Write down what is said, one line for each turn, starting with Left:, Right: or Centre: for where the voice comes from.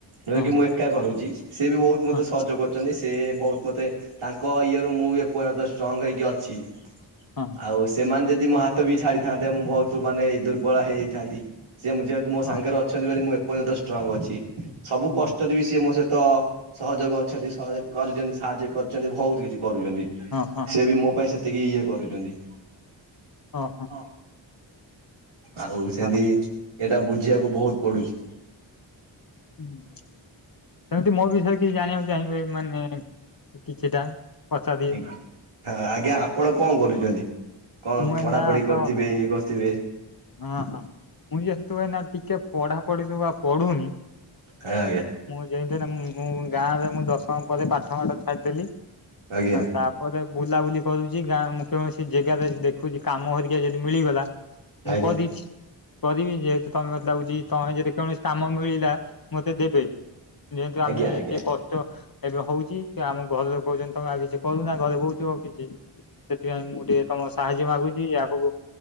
Right: ଯେକି
Left: ହଁ
Right: ମୁଁ ଏକା କରୁଛି ସିଏ ବି ବହୁତ ମୋତେ
Left: ହଁ
Right: ସହଯୋଗ ସେ ବହୁତ ମତେ ତାଙ୍କ ଇଏରୁୁ ମୁଁ ବି ଏପର୍ଯ୍ୟନ୍ତ ଷ୍ଟ୍ରଙ୍ଗ ହେଇକି ଅଛି।
Left: ହଁ।
Right: ଆଉ ସେମାନେ ଯଦି ମୋ ହାତ ବି ଛାଡ଼ିଥାନ୍ତେ ମୁଁ ବହୁତ ମାନେ ଦୁର୍ବଳ ହେଇଯାଇଥାନ୍ତି ସେ ମୋ ସାଙ୍ଗରେ
Left: ହଁ
Right: ଅଛନ୍ତି ବୋଲି ମୁଁ ଏପର୍ଯ୍ୟନ୍ତ ଷ୍ଟ୍ରଙ୍ଗ ଅଛି ସବୁ
Left: ହଁ
Right: କଷ୍ଟରେ ବି ସିଏ ମୋ ସହିତ ସହଯୋଗ ଅଛନ୍ତି ସହଯୋଗ କରିଛନ୍ତି ସାହାଯ୍ୟ କରିଛନ୍ତି ବହୁତ କିଛି କରୁଛନ୍ତି।
Left: ହଁ ହଁ।
Right: ସେ ବି ମୋ ପାଇଁ ସେତିକି ଇଏ କରୁଛନ୍ତି।
Left: ଓହୋ
Right: ହଁ ଆଉ ସେମିତି
Left: ଯା
Right: ଏଇଟା ବୁଝିବାକୁ ବହୁତ ପଡୁଛି।
Left: ହୁଁ ସେମିତି ମୋ ବିଷୟରେ କିଛି ଜାଣିବାକୁ ଚାହିଁବେ ମାନେ କିଛିଟା। ପଚାରିବେ
Right: ଆଜ୍ଞା ହଁ ଆଜ୍ଞା ଆପଣ କଣ କରୁଛନ୍ତି। କଣ
Left: ମୁଁ ଏଇନା
Right: ପଢା ପଢି
Left: ତ
Right: କରିୁଥିବେ ଇଏ କରିଥିବେ।
Left: ହଁ ହଁ ମୁଁ ଯେହେତୁ ଭାଇ ଏଇନା ଟିକେ ପଢା ପଢି ଜମା ପଢୁନି।
Right: ହଉ ଆଜ୍ଞା।
Left: ଯେମିତି ନା ମୁ ମୁଁ ଗାଁରେ ମୁଁ ଦଶମ ପରେ ପାଠ ମାଠ ଛାଡିଦେଲି
Right: ଆଜ୍ଞା
Left: ତା ଗୋଟେ ବୁଲାବୁଲି କରୁଛି ଗାଁ ମୁଁ କୌଣସି ଜାଗାରେ ଦେଖୁଛି କାମ ହରିକି ଯଦି ମିଳିଗଲା। ମୁଁ
Right: ଆଜ୍ଞା
Left: କରିଛି କରିମି ଯେହ ତମେ ମତେ ଲାଗୁଛି ତମେ ଯଦି କୌଣସି କାମ ମିଳିଲା ମତେ ଦେବେ। ଯେହେତୁ ଆମେ
Right: ଆଜ୍ଞା
Left: ଏ
Right: ଆଜ୍ଞା
Left: ଯେ କଷ୍ଟ ଏବେ ହଉଛି କି ଆମ ଘରେ କହୁଛନ୍ତି ତମେ ଆଉ କିଛି କରୁନା ଘରେ କହୁଛ ଆଉ କିଛି ସେଥିପାଇଁ ମୁଁ ଟିକେ ତମ ସାହାଯ୍ୟ ମାଗୁଛି ଆଗକୁ